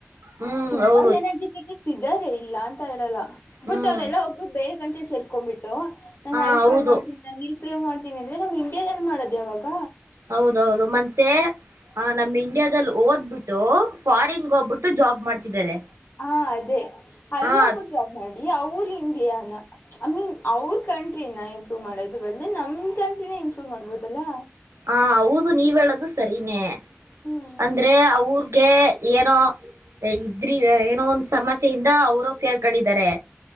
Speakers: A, on the right (about 90°); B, on the left (about 50°).
A: ಹ್ಮ್
B: ತುಂಬಾ
A: ಹೌದು
B: ಜನ ಜೊತೆಗೆ ಸಿಗದೇ ಇಲ್ಲ ಅಂತ ಹೇಳಲ್ಲ ಬುಟ್
A: ಹ್ಮ್
B: ಅಲ್ಲ ಒಬ್ಬರು ಬೇರ್ ಗಂಟ ಚೆಲ್ಕೊಬಿಟ್ಟು ನಾನ್
A: ಹ
B: ಅಲ್ ಪ್ರೂವೆ
A: ಹೌದು
B: ಮಾಡ್ತೀನಿ ನಾನ್ ಇಲ್ಲಿ ಪ್ರೂವ್ ಮಾಡ್ತಿನಿ ಅಂದ್ರೆ ನಮ್ ಇಂಡಿಯ್ಯಾದಲ್ಲಿ ಮಾಡೋದು ಯವಾಗ
A: ಹೌದೌದು ಮತ್ತೆ ಆ ನಮ್ ಇಂಡಿಯಾದಲ್ಲಿ ಓದ್ಬಿಟ್ಟು ಫಾರಿನ್ಗೆ ಹೋಗ್ಬಿಟ್ಟು ಜಾಬ್ ಮಾಡ್ತಿದ್ದಾರೆ
B: ಹಾ ಅದೇ ಅಲ್
A: ಹ
B: ಹೋಗ್ಬಿಟ್ಟು ಜಾಬ್ ಮಾಡಿ ಅವರು ಹಿಂಡಿಯಾನ ಐ ಮೀನ್ ಅವ್ರ ಕಂಟ್ರಿನ ಇಂಪ್ರೂವ್ ಮಾಡೋದು ಬದ್ಲು ನಮ್ ಕಂಟ್ರಿನೇ ಇಂಪ್ರೂವ್ ಮಾಡ್ಬೋದಲ್ಲಾ
A: ಹಾ ಹೌದು ನೀವ್ ಹೇಳೋದು ಸರಿನೇ.
B: ಹ್ಮ್
A: ಅಂದ್ರೆ ಅವ್ರ್ಗೆ ಏನೋ ಇದ್ರ ಏನೋ ಒಂದ್ ಸಮಸ್ಯೆಯಿಂದ ಅವರು ಹೋಗಿ ಸೇರ್ಕೊಂಡಿದ್ದಾರೆ